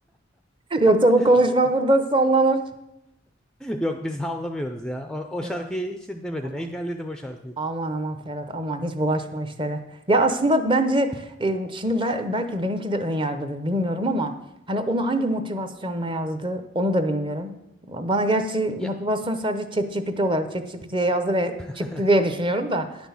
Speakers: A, on the right; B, in the centre.
A: Yoksa
B: <laughs>
A: bu konuşma burada sonlanır.
B: Yok biz havlamıyoruz ya. O, o
A: Ya.
B: şarkıyı hiç dinlemedim.
A: Aman.
B: Engelledim o şarkıyı.
A: Aman aman Ferhat aman hiç bulaşma o işlere. Ya aslında bence e, şimdi be- belki benimki de ön yargıdır bilmiyorum ama hani onu hangi motivasyonla yazdı onu da bilmiyorum. Bana gerçi
B: Ya
A: motivasyon sadece ChatGPT olarak ChatGPT'ye yazdı ve çıktı
B: <laughs>
A: diye düşünüyorum da.